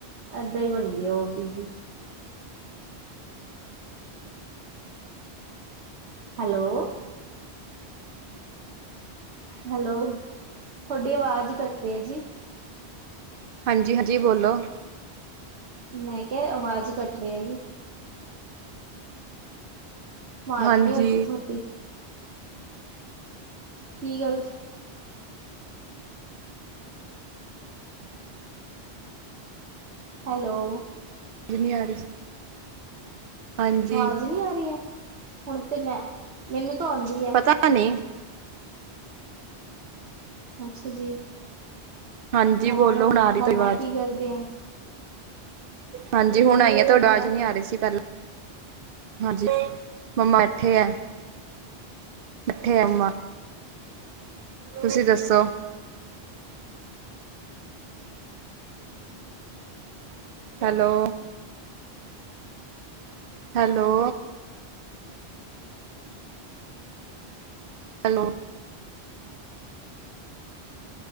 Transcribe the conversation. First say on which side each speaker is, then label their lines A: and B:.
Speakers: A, on the right; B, on the right.
A: ਐਦਾਂ ਈ ਬਣਦੀ ਆ ਓ ਬੀਜੀ। ਹੈਲੋ। ਹੈਲੋ, ਧੋਡੀ ਆਵਾਜ਼ ਕੱਟ ਰੀ ਆ ਜੀ।
B: ਹਾਂਜੀ-ਹਾਂਜੀ ਬੋਲੋ।
A: ਮੈਂ ਕੇਆ ਆਵਾਜ਼ ਕੱਟ ਰੀ ਆ ਜੀ। ਵਾਜ਼
B: ਹਾਂਜੀ
A: ਨੀ ਔਦੀ ਤੁਹੋਡੀ ਕੀ ਗੱਲ ਹੈਲੋ।
B: ਜੀਨੀ ਆ ਰਈ ਸੀ। ਹਾਂਜੀ
A: ਵਾਜ਼ ਨੀ ਆ ਰਈ ਐ ਹੁਣ ਤੇ ਮੈਂ, ਮੇਨੂੰ ਤਾਂ ਔਦੀ ਏ।
B: ਤਾਂ ਨੀ
A: ਅੱਛਾ ਜੀ,
B: ਹਾਂਜੀ
A: ਹੋਰ
B: ਬੋਲੋ ਹੁਣ ਆ ਰਹੀ
A: ਮੰਮਾ
B: ਤੁਹਾਡੀ ਆਵਾਜ਼
A: ਕੀ ਕਰਦੇ ਐਂ?
B: ਹਾਂਜੀ ਹੁਣ ਆਈ
A: ਕੀ
B: ਆ
A: ਕਰਦੇ
B: ਤੋਆਡਾ ਵਾਜ਼ ਨੀ ਆ ਰਈ ਸੀ ਪੈਲ ਹਾਂਜੀ, ਮੰਮਾ ਏਠੈ ਆ ਏਠੈ ਆ ਮੰਮਾ। ਤੁਸੀਂ ਦੱਸੋ ਹੈਲੋ। ਹੈਲੋ। ਹੈਲੋ।